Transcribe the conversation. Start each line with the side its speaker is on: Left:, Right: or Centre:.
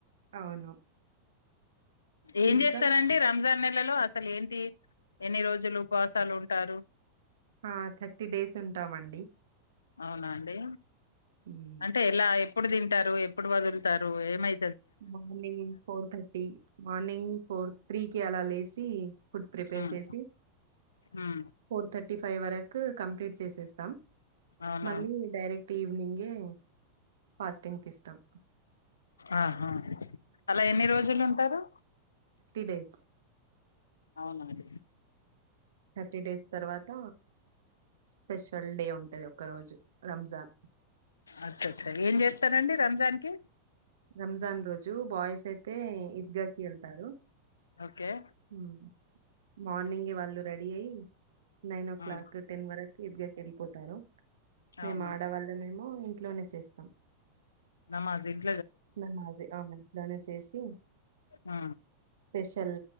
Right: అవును
Left: ఏం
Right: ఇంకా
Left: చేస్తారండి రంజాన్ నెలలో అసలే ఏంటి ఎన్ని రోజులు ఉపవాసాలు ఉంటారు.
Right: ఆ థర్టీ డేస్ ఉంటామండి.
Left: అవునా అండి
Right: హ్మ్.
Left: అంటే ఎలా ఎప్ ఎప్పుడు తింటారు. ఎప్పుడు వదులుతారు ఏమై
Right: morning four thirty morning four త్రీకి అలా లేసి ఫుడ్ ప్రిపేర్
Left: ఉమ్
Right: చేసి
Left: ఉమ్
Right: ఫోర్ థర్టీ ఫైవ్ వరకు కంప్లీట్ చేసేస్తాం.
Left: అవునా
Right: మళ్ళీ డైరెక్ట్ ఈవినింగ్ ఏ ఫాస్టింగ్ తీస్తాం.
Left: ఆహా అలా ఎన్ని రోజులు ఉంటారు.
Right: డేస్.
Left: అవునా అండి
Right: థర్టీ డేస్ తర్వాత స్పెషల్ డే ఉంటది. ఒక రోజు రంజాన్
Left: అచ్చ అచ్చా ఏం జేస్తారండీ రంజాన్ కి
Right: రంజాన్ రోజు బాయ్స్ అయితే ఈద్గకి ఎళ్తారు.
Left: ఒకే
Right: హ్మ్. మార్నింగే వాళ్ళు రడీ అయ్ నైనో ఓ క్లాక్
Left: ఉమ్,
Right: టెన్ వరకు ఈద్గయ్ ఎల్పోతారు.
Left: అవును
Right: మేము ఆడవాల్ల మేము ఇన్ ఇంట్లోనే చేస్తాం.
Left: నమాజ్ ఇన్
Right: నమాజే అవును ఇంట్లోనే చేస్ ఉ
Left: అ
Right: స్పెషల్